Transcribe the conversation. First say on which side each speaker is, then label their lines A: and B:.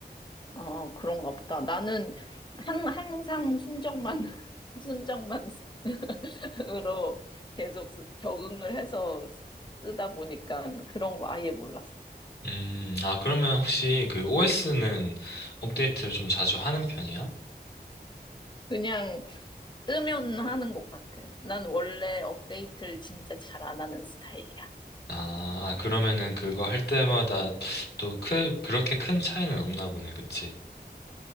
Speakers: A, on the left; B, on the left.
A: 아, 그런가 보다. 나는 한, 항상 순정만, <laughs> 순정만 <laughs> 으로 계속 쓰- 적응을 해서 쓰다 보니까 그런 거 아예 몰랐어.
B: 음, 아, 그러면 혹시 그 OS는 업데이트를 좀 자주 하는 편이야?
A: 그냥 뜨면 하는 것 같아. 난 원래 업데이트를 진짜 잘 안 하는 스타일이야.
B: 아, 아, 그러면은 그거 할 때마다 또 크, 그렇게 큰 차이는 없나 보네. 그치?